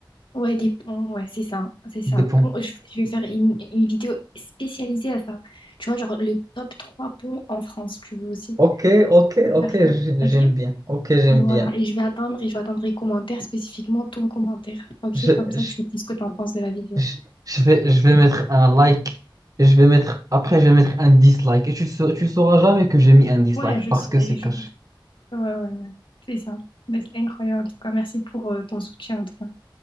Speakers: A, on the left; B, on the right.
A: Ouais, des ponts, ouais, c'est ça, c'est ça.
B: des ponts.
A: Bon, je, je vais faire une, une vidéo spécialisée à ça. Tu vois, genre le top 3 ponts en France, tu veux aussi
B: Ok, ok, ok,
A: faire
B: j'ai-
A: ça, ok?
B: j'aime bien. Ok, j'aime
A: Voilà,
B: bien.
A: et je vais attendre, et je vais attendre les commentaires, spécifiquement ton commentaire, ok?
B: Je,
A: Comme ça,
B: je,
A: tu me dis ce que tu en penses de la vidéo.
B: je, je vais je vais mettre un like et je vais mettre après je vais mettre un dislike et tu sa- tu sauras jamais que j'ai mis un dislike
A: Ouais, je
B: parce
A: saurais.
B: que c'est caché.
A: Je... Ouais, ouais, ouais. C'est ça. Ben, C'est incroyable. En tout cas, merci pour euh, ton soutien, en tout cas.